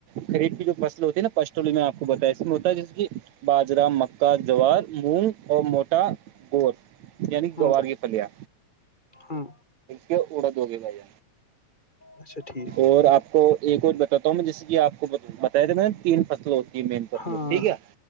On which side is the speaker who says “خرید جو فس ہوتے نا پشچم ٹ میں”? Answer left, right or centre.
Right